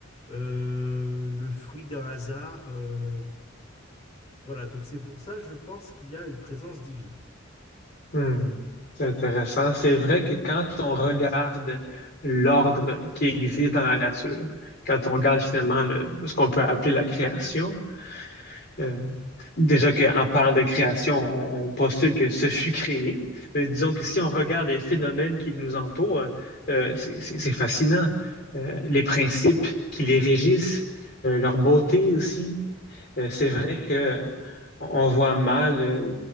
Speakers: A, on the left; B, on the left.
A: euh, le fruit d'un hasard. euh, voilà, donc c'est pour ça, je pense qu'il y a une présence divine.
B: Hmm, c'est intéressant. C'est vrai que quand on regarde l'ordre qui existe dans la nature, quand on regarde finalement le- ce qu'on peut appeler la création, euh, déjà qu'en parlant de création, on, on postule que ce fut créé, mais disons que si on regarde les phénomènes qui nous entourent, euh, c'est c'est- c'est fascinant. Euh, les principes qui les régissent, euh, leur beauté aussi. Euh, c'est vrai que on voit mal euh,